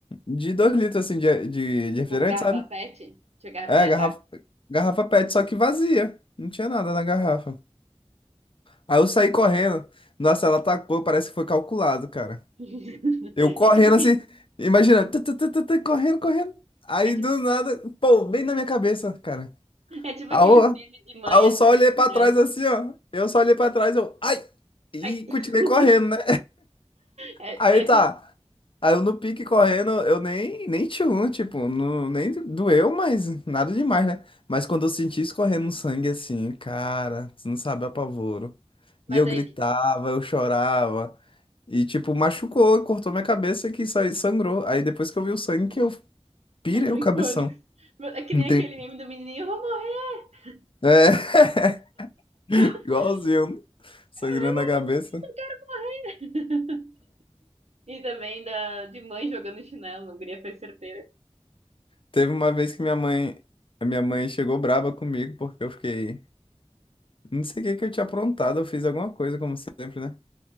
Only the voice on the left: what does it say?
de dois litros assim, de, de, de
refrigerante,
sabe?
É,
garrafa,
garrafa PET, só que vazia. Não tinha nada na garrafa. Aí eu saí correndo. Nossa, ela atacou, parece que foi calculado, cara.
Eu correndo
assim, imagina, tu, tu, tu, tu, tu, correndo, correndo. Aí
do nada, pô, bem na minha cabeça, cara.
Aí
eu,
aí eu
só olhei pra
trás assim, ó. Eu só olhei pra trás, eu, ai! E
continuei
correndo, né?
Aí tá.
Aí eu no pique correndo, eu nem, nem tchum, tipo, não, nem doeu, mas nada demais, né? Mas quando eu senti escorrendo um sangue assim, cara, você não sabe o apavoro.
E eu gritava,
eu chorava. E tipo, machucou, cortou minha cabeça que isso sangrou. Aí depois que eu vi o sangue que eu pirei
o
cabeção.
Não
tem.
É, <laughs>
igualzinho, sangrando
a cabeça.
Teve uma vez que minha mãe, minha mãe chegou braba comigo porque eu fiquei Não sei o que que eu tinha aprontado, eu fiz alguma coisa, como sempre, né?